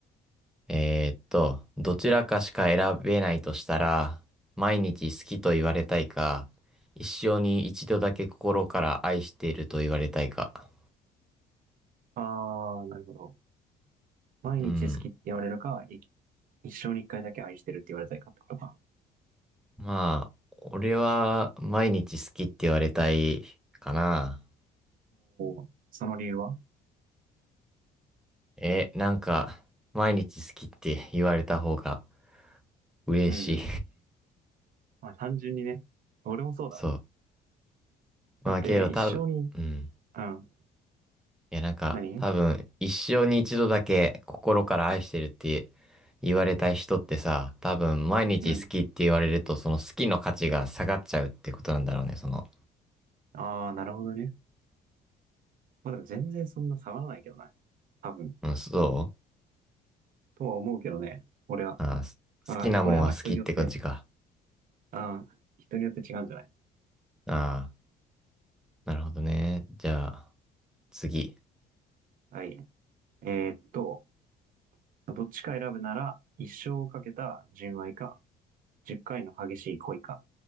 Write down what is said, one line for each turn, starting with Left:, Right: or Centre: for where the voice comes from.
Centre: えーっと、どちらかしか選べないとしたら、毎日好きと言われたいか、一生に一度だけ心から愛していると言われたいか。
Right: あー、なるほど。毎日好きって言われるか、
Centre: うん。
Right: い一生に一回だけ愛してるって言われたいかってことか。
Centre: まあ、俺は毎日好きって言われたいかな。
Right: もう、その理由は
Centre: え、なんか、毎日好きって言われた方が嬉しい
Right: うんうん。まあ、単純にね。俺もそうだわ。
Centre: <laughs> そう。まあけど多分、
Right: だって、一生に、
Centre: うん。
Right: うん。
Centre: いやなんか、
Right: 何
Centre: 多分、一生に一度だけ心から愛してるって言われたい人ってさ、多分、毎日好きって言われると、
Right: うん。
Centre: その好きの価値が下がっちゃうってことなんだろうね、その。
Right: あー、なるほどね。まあでも全然そんな下がらないけどな。多分。
Centre: うん、そ
Right: とは思うけどね。俺は。
Centre: うああ、す好きなもんは好きって感じか。
Right: あこれはまあ人によって、あー、人によって違うんじゃない
Centre: ああ、なるほどね。じゃあ。次。
Right: はい。えーっと、どっちか選ぶなら、一生をかけた純愛か、10回の激しい恋か、